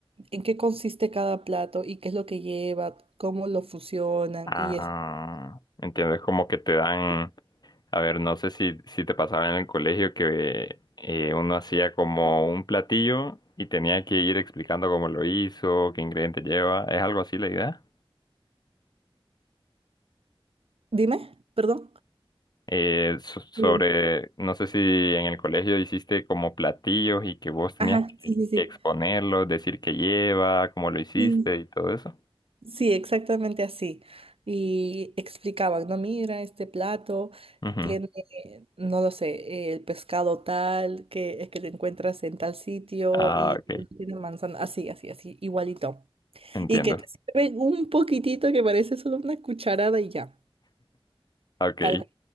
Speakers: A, on the right; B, on the left.
A: en qué consiste cada plato y qué es lo que lleva, cómo lo fusionan
B: Ah,
A: y eso.
B: entiendo. Es como que te dan, a ver, no sé si, si te pasaba en el colegio que eh, uno hacía como un platillo y tenía que ir explicando cómo lo hizo, qué ingrediente lleva, ¿es algo así la idea?
A: Dime, perdón.
B: Eh, so- sobre,
A: Muy bien.
B: no sé si en el colegio hiciste como platillos y que vos tenías
A: Ajá,
B: que,
A: sí, sí, sí.
B: que exponerlos, decir qué lleva, cómo lo hiciste
A: Sí,
B: y todo eso.
A: sí, exactamente así. Y explicaban, no, mira, este plato
B: Ujú.
A: tiene, no lo sé, el pescado tal, que, que lo encuentras en tal sitio
B: Ah,
A: y
B: ok,
A: no tiene manzana, así, así, así, igualito.
B: entiendo.
A: Y que te sirven un poquitito que parece solo una cucharada y ya.
B: Ok.
A: Tal cual.